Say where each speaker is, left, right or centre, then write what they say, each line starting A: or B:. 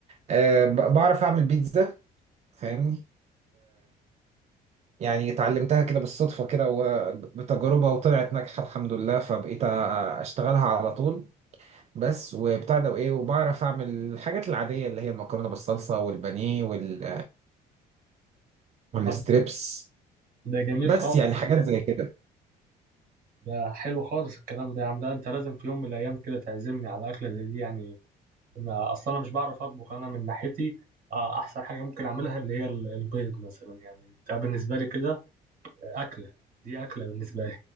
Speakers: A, on the right (about 40°); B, on the right (about 55°).
A: آه ب- بعرف اعمل بيتزا فاهمني يعني اتعلمتها كده بالصدفة كده وبتجربة وطلعت ناجحة الحمد لله فبقيت أشتغلها على طول بس وبتاع ده وإيه وبعرف أعمل الحاجات العادية اللي هي المكرونة بالصلصة والبانيه وال... والستريبس
B: طب ده جميل
A: بس
B: خالص
A: يعني حاجات زي كده
B: ده حلو خالص الكلام ده يا عم ده انت لازم في يوم من الايام كده تعزمني على اكله زي دي يعني ما اصلا انا مش بعرف اطبخ انا من ناحيتي آه، احسن حاجه ممكن اعملها اللي هي ال- البيض مثلا يعني ده بالنسبه لي كده اكله دي اكله بالنسبه لي